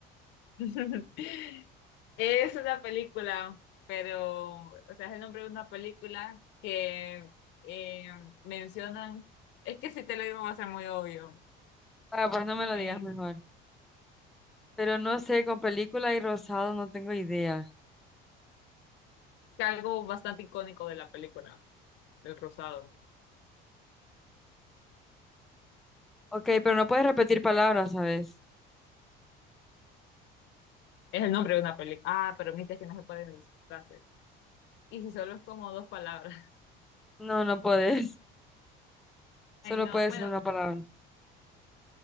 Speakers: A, on the left (about 65°); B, in the centre.
A: <laughs> Es una película, pero, o sea, es el nombre de una película que eh, mencionan, es que si te lo digo va a ser muy obvio,
B: Ah, pues no me lo
A: eh,
B: digas mejor. Pero no sé, con película y rosado no tengo idea.
A: que algo bastante icónico de la película, El Cruzado.
B: Ok, pero no puedes repetir palabras, ¿sabes?
A: Es el nombre de una película. Ah, pero viste que no se pueden decir frases. Y si solo es como dos palabras. <laughs>
B: No, no puedes. <laughs> Solo
A: Ay, no.
B: puede
A: Bueno,
B: ser una palabra.